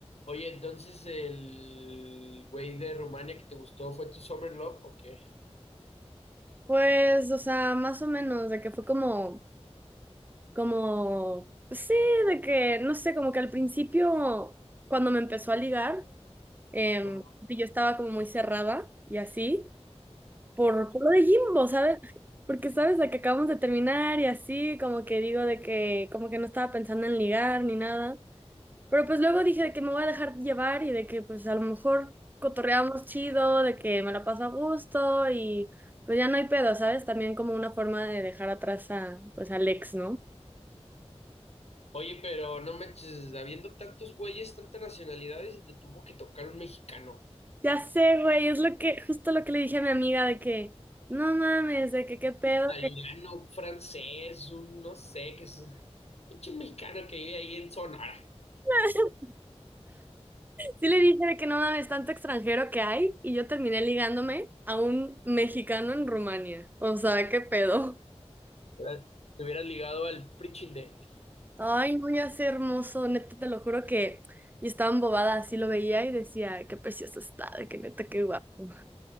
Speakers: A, on the left; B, on the right.
A: Oye, entonces el güey de Rumania que te gustó fue tu Summer Love, ¿o qué?
B: Pues, o sea, más o menos, de que fue como, como, pues sí, de que, no sé, como que al principio, cuando me empezó a ligar, em,
A: Ajá.
B: y yo estaba como muy cerrada y así, por, por lo de Jimbo, ¿sabes? <laughs> Porque, ¿sabes? De que acabamos de terminar y así, como que digo de que, como que no estaba pensando en ligar ni nada. Pero pues luego dije de que me voy a dejar llevar y de que pues a lo mejor cotorreamos chido, de que me la paso a gusto y pues ya no hay pedo, ¿sabes? También como una forma de dejar atrás a pues al ex, ¿no?
A: Oye, pero no manches, habiendo tantos güeyes, tantas nacionalidades, y te tuvo que tocar un mexicano,
B: Ya sé, güey, es lo que, justo lo que le dije a mi amiga de que no mames, de que qué pedo,
A: italiano,
B: que
A: un francés, un no sé, que es pinche mexicano que vive ahí en Sonora.
B: <laughs> Sí le dije de que no mames, tanto extranjero que hay y yo terminé ligándome a un mexicano en Rumania. O sea, qué pedo.
A: ¿Verdad? Te hubieras ligado al Prichindel.
B: Ay, no, ya sé, hermoso, neta, te lo juro que yo estaba embobada, así lo veía y decía, qué precioso está, de que neta, qué guapo.